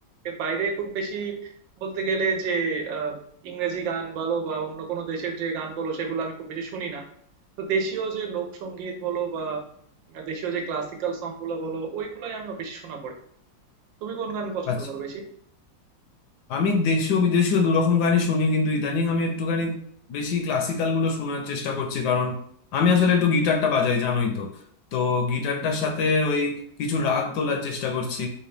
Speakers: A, on the right; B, on the left.
A: এর বাইরে খুব বেশি বলতে গেলে যে আহ, ইংরেজি গান বলো বা অন্য কোনো দেশের যে গান বলো সেগুলো আমি খুব বেশি শুনি না তো দেশীয় যে লোকসঙ্গীত বলো বা দেশীয় যে ক্লাসিক্যাল সং গুলো বলো ওইগুলাই আমি বেশি শোনা পড়ে তুমি কোন গান পছন্দ
B: আচ্ছা
A: করো বেশি
B: আমি দেশীয় বিদেশীয় দুরকম গানই শুনি কিন্তু ইদানিং আমি একটুখানি বেশি ক্লাসিক্যাল গুলো শোনার চেষ্টা করছি কারণ আমি আসলে একটু গিটারটা বাজাই জানোই তো তো গিটারটার সাথে ওই কিছু রাগ তোলার চেষ্টা করছি